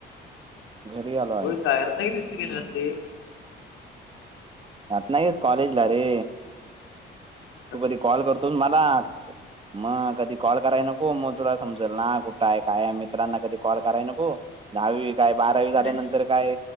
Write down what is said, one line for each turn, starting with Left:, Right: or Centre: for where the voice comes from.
Right: घरी आलोय
Left: होोल कायर नाही का दिवस गेले नाे
Right: अत् नाहीगेत कॉलेजला र
Left: हम्
Right: तू कधी कॉल करतोस मला मग कधी कॉल कराय नको मग तुला समजल ना कुठं आहे काय मित्रांना कधी कॉल कराय न ब दहावी काय बारावी झाल्यानंतर
Left: अरे
Right: काय